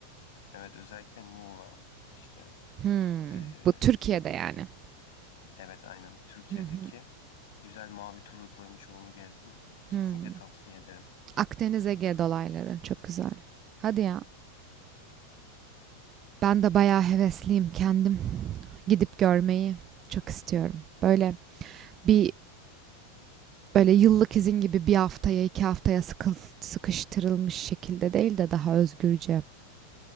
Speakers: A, on the left; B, on the right.
A: evet özellikle Muğla işte
B: hmm,
A: e,
B: bu Türkiye'de yani.
A: Evet aynen. Türkiye'deki
B: Hı hı,
A: güzel mavi tur rotalarının çoğunu gezdim. Kesinlikle
B: hmm.
A: tavsiye ederim.
B: Akdeniz Ege dolayları çok güzel. Hadi ya. Ben de bayağı hevesliyim. Kendim Gidip görmeyi çok istiyorum. Böyle bir böyle yıllık izin gibi bir haftaya iki haftaya sıkıl, sıkıştırılmış şekilde değil de daha özgürce